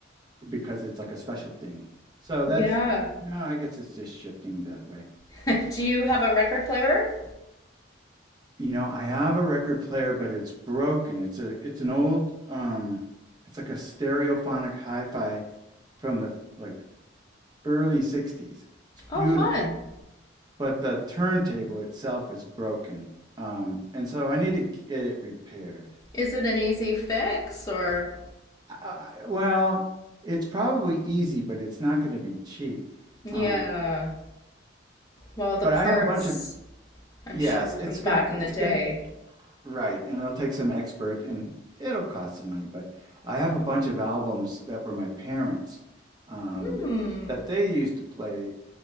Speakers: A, on the right; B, on the left.
A: because it's like a special thing. So that's
B: Yeah.
A: no, I guess it's just shifting that way.
B: <laughs> Do you have a record player?
A: You know, I have a record player, but it's broken. It's a it's an old um, it's like a stereophonic hi-fi from the like early '60s. It's
B: Oh,
A: beautiful,
B: fun.
A: but the turntable itself is broken, um, and so I need to get it repaired.
B: Is it an easy fix or
A: I, I, well, it's probably easy, but it's not going to be cheap.
B: yeah.
A: Um,
B: Well, the
A: But
B: parts,
A: I have a bunch of
B: I'm
A: yes.
B: sure,
A: It's
B: from the
A: going.
B: back
A: to
B: in
A: It's
B: the day.
A: going to right, and it'll take some expert, and it'll cost some money. But I have a bunch of albums that were my parents' um,
B: Hmm.
A: that they used to play